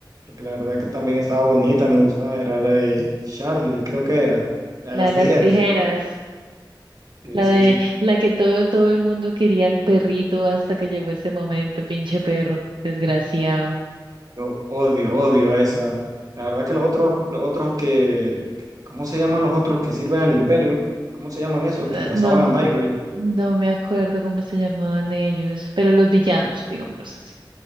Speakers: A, on the right; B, on the right.
A: porque la verdad que también estaba bonita, me gustaba, era la de Charlie, creo que era, la
B: la
A: de las
B: de las
A: tijeras.
B: tijeras,
A: Sí,
B: la
A: sí,
B: de
A: sí.
B: la que todo, todo el mundo quería al perrito hasta que llegó ese momento, pinche perro, desgraciado.
A: Yo odio, odio a esa. La verdad que los otros, los otros que, que- ¿cómo se llaman los otros que sirven al imperio? ¿Cómo se llaman esos
B: Eh,
A: que cazaban
B: No,
A: a Nightwing?
B: no me acuerdo cómo se llamaban ellos, pero los villanos, digámoslos así.